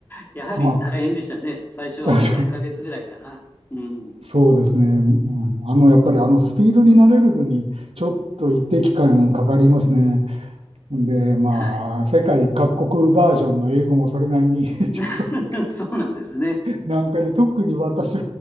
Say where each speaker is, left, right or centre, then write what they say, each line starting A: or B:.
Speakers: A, on the left; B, on the right.
A: やはり大変でしたね。
B: ああ、
A: 最初3ヶ月ぐらいかな。
B: 確かに
A: うん。
B: そうですね。うん、あの、やっぱりあのスピードに慣れるのに、ちょっと一定期間かかりますね。で、まあ、
A: はい。
B: 世界各国バージョンの英語もそれなりに <laughs> ちょっと
A: <laughs> そうなんですね。
B: なんかで、特に私、